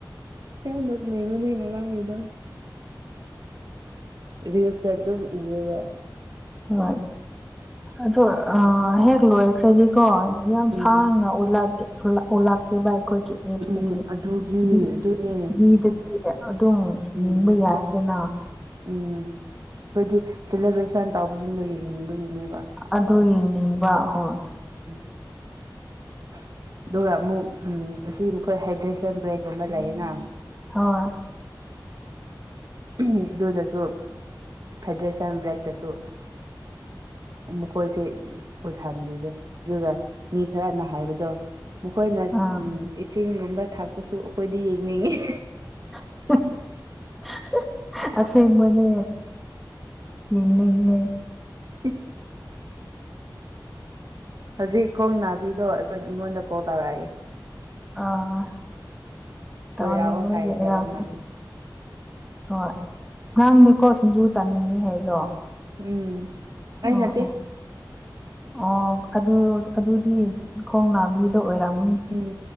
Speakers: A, on the right; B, in the centre.
A: ꯌꯥꯝ ꯅꯣꯛꯅꯤꯡꯕꯅꯦ ꯉꯔꯥꯡꯒꯤꯗꯣ ꯔꯤꯜꯁꯇ ꯑꯗꯨꯝ ꯎꯋꯦꯕꯥ
B: ꯍꯣꯏ ꯑꯗꯣ ꯑꯥ ꯍꯦꯛ ꯂꯣꯏꯈ꯭ꯔꯗꯤꯀꯣ ꯌꯥꯝ
A: ꯎꯝ
B: ꯁꯥꯡꯅ ꯑꯣꯂꯥꯗꯦ ꯑꯣꯂꯥꯛꯇꯦꯕ ꯑꯩꯈꯣꯏꯒꯤ ꯑꯦꯞꯁꯇꯗꯤ
A: ꯎꯝ ꯑꯗꯨꯒꯤ
B: ꯇꯤꯚꯤ
A: ꯑꯗꯨꯅꯦ
B: ꯇꯤꯚꯤꯗꯗꯤ ꯑꯗꯨꯝ
A: ꯎꯝ
B: ꯌꯦꯡꯕ ꯌꯥꯏꯗꯅ
A: ꯎꯝ ꯑꯈꯣꯏꯗꯤ ꯁꯦꯂꯦꯕ꯭ꯔꯦꯁꯟ ꯇꯧꯕꯁꯤꯡꯗꯣ ꯌꯦꯡꯅꯤꯡꯕꯒꯤꯅꯦꯕ
B: ꯑꯗꯨ ꯌꯦꯡꯅꯤꯡꯕ ꯍꯣꯏ
A: <inaudible> ꯑꯗꯨꯒ ꯑꯃꯨꯛ ꯎ ꯑꯁꯤ ꯃꯈꯣꯏ ꯍꯥꯏꯗ꯭ꯔꯦꯁꯟ ꯕ꯭ꯔꯦꯛꯀꯨꯝꯕ ꯂꯩꯌꯦꯅ
B: <unintelligible>
A: ꯎꯝ ꯑꯗꯨꯗꯁꯨ ꯍꯥꯏꯗ꯭ꯔꯦꯁꯟ ꯕ꯭ꯔꯦꯛꯇꯁꯨ ꯃꯈꯣꯏꯁꯦ ꯎꯊꯥꯡꯕꯤꯔꯦ ꯑꯗꯨꯒ ꯃꯤ ꯈꯔꯅ ꯍꯥꯏꯕꯗꯣ ꯃꯈꯣꯏꯅ
B: ꯑꯥ
A: ꯏꯁꯤꯡꯒꯨꯝꯕ ꯊꯥꯛꯄꯁꯨ ꯑꯩꯈꯣꯏꯗꯤ ꯌꯦꯡꯅꯤꯡꯏꯤ
B: <unintelligible> ꯑꯁꯦꯡꯕꯅꯦ ꯌꯦꯡꯅꯤꯡ ꯑꯦ
A: <unintelligible> ꯍꯧꯖꯤꯛ ꯈꯣꯡ ꯅꯥꯕꯤꯗꯣ ꯑꯩꯈꯣꯏ ꯑꯩꯉꯣꯟꯗ ꯀꯣꯜ ꯇꯧꯔꯛꯑꯦ
B: ꯑꯥ ꯇꯧꯅꯤꯡꯕꯒꯤ
A: ꯀꯣꯏꯔꯛꯑꯣ ꯍꯥꯏꯒꯗꯕ
B: <unintelligible>
A: ꯃꯥꯜꯂꯦ
B: ꯍꯣꯏ ꯅꯪꯅꯤꯀꯣ ꯁꯤꯡꯖꯨ ꯆꯥꯅꯤꯡꯅꯤ ꯍꯥꯏꯗꯣ
A: ꯎꯝ ꯑꯩ
B: ꯑꯣ
A: ꯅꯠꯇꯦ
B: ꯑꯣ ꯑꯣ ꯑꯗꯨ ꯑꯗꯨꯗꯤ ꯈꯣꯡ ꯅꯥꯕꯤꯗꯣ ꯑꯣꯏꯔꯝꯒꯅꯤ
A: ꯎꯝ